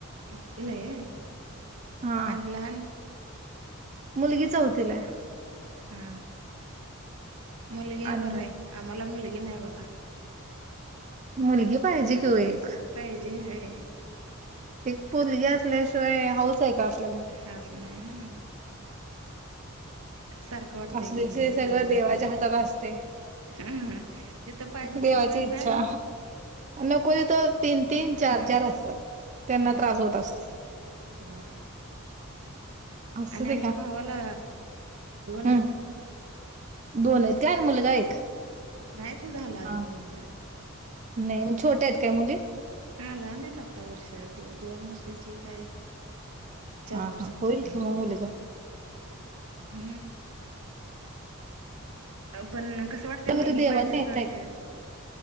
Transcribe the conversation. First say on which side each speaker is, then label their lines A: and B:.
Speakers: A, on the right; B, on the right.
A: आठवीलाय
B: हा
A: आणि लहान.
B: मुलगी चौवतीला
A: हा मुलगी आहे
B: आणि
A: बर आहे आम्हाला मुलगी नाही बघा.
B: मुलगी पाहिजे कि ओ एक.
A: पाहिजे <unintelligible>
B: एक पोलगी असल्याशिवाय हाऊस आहे का आपल्याला.
A: हाच नाही हा सारखं वाटतं
B: अस
A: एक मुलगी
B: ज सगळं
A: पाहिजे होती
B: देवाच्या हातात असते.
A: हा जिथं पाहिजे तिथं
B: देवाची
A: मिळत
B: इच्छा.
A: नाही
B: नको तिथं तर तीन तीन चार
A: हा
B: चार असतात त्यांना
A: हा
B: त्रास होत असते.
A: होय.
B: असू
A: आणि
B: दे
A: आमच्या
B: घ्या
A: भावाला दोन
B: हम्म
A: आइत.
B: दोन आईत काय आणि मुलगा एक?
A: नाही च झालं अजून
B: हा
A: मुलगा
B: नाही म छोट्या आईत काय मुली?
A: हा लहान आहेत आता वर्षा दी दोन वर्षाची एक हाय. चार
B: हा
A: वर्षाची
B: हा होईल
A: एक हाय
B: कि मग मुलगा
A: हम्म अ पण कसं वाटते
B: घरी
A: मुलगी
B: देवाला
A: पाहिजे असं
B: नेताय
A: वाटते.